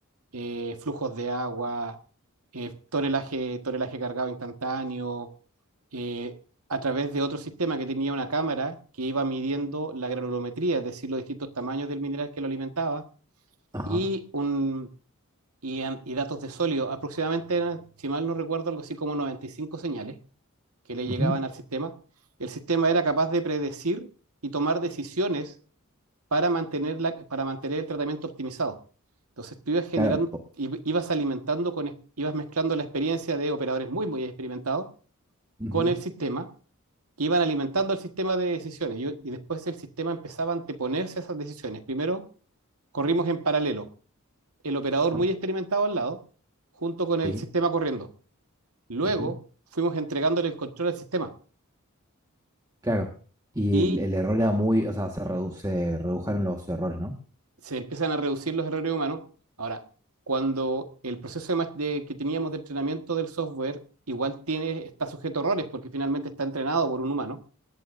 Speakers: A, on the right; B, on the right.
A: eh, flujos de agua, eh, tonelaje, tonelaje cargado instantáneo, eh, a través de otro sistema que tenía una cámara que iba midiendo la granulometría, es decir, los distintos tamaños del mineral que lo alimentaba,
B: ajá.
A: y, un, y, en- y datos de sólido. Aproximadamente, eran, si mal no recuerdo, algo así como 95 señales que le llegaban
B: ujú,
A: al sistema. El sistema era capaz de predecir y tomar decisiones para mantener, la- para mantener el tratamiento optimizado. Entonces tú ibas generando,
B: Claro, po-
A: i- ibas alimentando con, ibas mezclando la experiencia de operadores muy, muy experimentados
B: ujú,
A: con el sistema, que iban alimentando el sistema de decisiones. Y, y después el sistema empezaba a anteponerse a esas decisiones. Primero corrimos en paralelo, el operador
B: ajá.
A: muy experimentado al lado, junto con el
B: Sí,
A: sistema corriendo. Luego
B: ujú,
A: fuimos entregándole el control al sistema.
B: Claro. Y
A: Y
B: el, el error era muy, o sea, se, redu- se redujeron los errores, ¿no?
A: se empiezan a reducir los errores humanos. Ahora, cuando el proceso de de- que teníamos de entrenamiento del software igual tiene, está sujeto a errores porque finalmente está entrenado por un humano